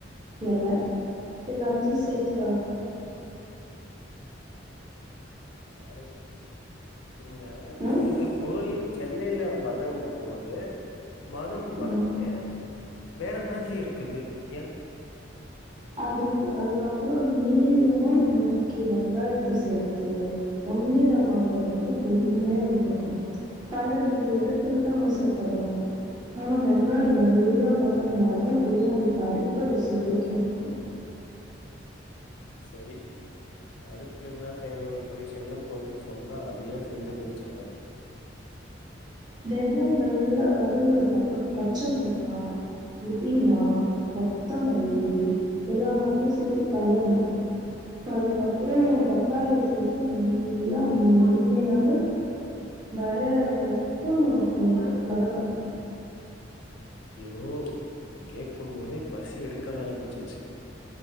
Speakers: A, on the right; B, on the left.
A: எல எல்லாத்தையு சேத்து வதக்கணு
B: <inaudible> அ இந்த
A: ம்,
B: இந்த பொருள் எண்ணெய்ல வதங்கும் போது மனம் வாருமே
A: ம்.
B: வேற மாதிரி இருக்குது ஏன்
A: அதுக்கு அதுக்கப்புறம் நீளமா நறுக்கிய வெங்காயத்த சேத்து பொன்னிறமா வர வரைக்கு பொறுமையா வருணும் பலர் இந்த இடத்துலதான் அவசரப்படுவாங்க ஆனா வெங்காயொ நல்லா வதங்கனாதா பிரியாணிக்கு அடி இப்படி சுவை கெடைக்கும்
B: செரி அடுத்து என்னா செய்யணு எப்படி செய்யணுன்னு கொஞ்சொ சொன்னா அதையு செஞ்சு முடிச்சிருவேன்
A: வெங்காயொ நல்லா வதங்கனதுக்கு அப்ரொ பச்ச மொளகா புதினா கொத்தமல்லி எல்லாத்தையு சேத்து கலர்னொ அதுக்கப்ரொ தக்காளிய சேத்து நல்லா மெண்மையாக வர வரைக்கும் வேண்டும் வதக்க வேண்டும்
B: யோ இத கேக்கும் போதே பசி எடுக்க ஆரம்பிச்